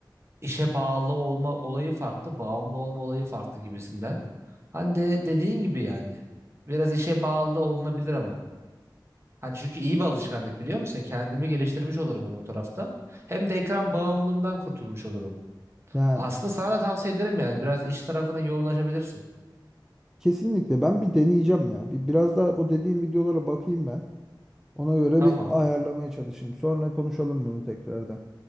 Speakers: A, on the right (about 35°); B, in the centre.
A: İşe bağlı olma olayı farklı, bağımlı olma olayı farklı gibisinden. Hani de dediğin gibi yani. Biraz işe bağlı olunabilir ama. Hani çünkü iyi bir alışkanlık biliyor musun? Kendimi geliştirmiş olurum hem o tarafta. Hem de ekran bağımlılığımdan kurtulmuş olurum.
B: Yani
A: Aslında sana da tavsiye ederim yani. Biraz iş tarafına yoğunlaşabilirsin.
B: kesinlikle ben bir deneyeceğim ya. Bir biraz daha o dediğim videolara bakayım ben. Ona göre
A: Tamam.
B: bir ayarlamaya çalışayım. Sonra konuşalım bunu tekrardan.